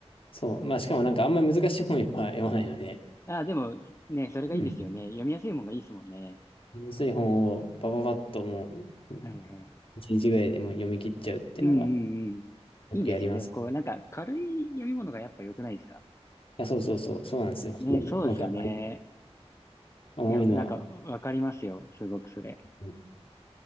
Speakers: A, on the left; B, on the left.
A: そう。まあ、しかもなんか、あんまり難しい本やっぱ読まないので、
B: ああ、でも、ね、それがいいですよね。
A: うん。
B: 読みやすいもんがいいですもんね。
A: ん薄い本を、バババッともう、
B: はいはい。
A: 1日ぐらいでもう読み切っちゃうっていうのが、
B: うんうんうん。
A: よくやります。
B: いいですよね。こう、
A: い
B: なんか軽い読み物がやっぱ良くないですか
A: や、そうそうそう、そうなんですよ。
B: ね、
A: <laughs>
B: そうですよね。
A: 僕は。思うのは、
B: いや、なんかわかりますよ。すごくそれ。
A: うん。